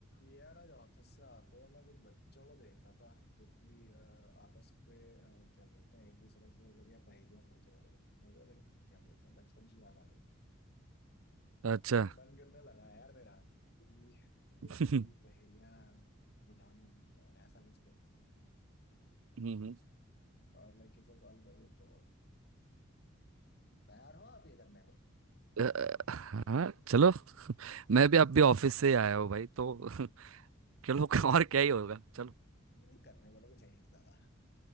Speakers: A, on the left; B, on the right.
A: यार आज ऑफिस से आते हुए मैं कुछ बच्चों को देख रहा था जो कि अ, आपस पे अ, क्या बोलते हैं एक दूसरे से बढ़िया पहेलियां पूछ रहे थे मुझे लाइक क्या बोलते हैं बचपन की याद आ गई
B: अच्छा
A: मतलब मन करने लगा यार मेरा कि कुछ
B: <laughs>
A: ऐसी पहेलियां बुझाऊं अ, ऐसा कुछ करूं
B: हम्म
A: और लाइक किसे कॉल करूं तो तैयार हो आप ये करने को
B: अ, अ, हाँ चलो <laughs> मैं भी अब भी ऑफिस से ही आया हूँ भाई तो <laughs> चलो और क्या ही होगा चलो
A: हम्म, करने को तो कुछ है ही नहीं दादा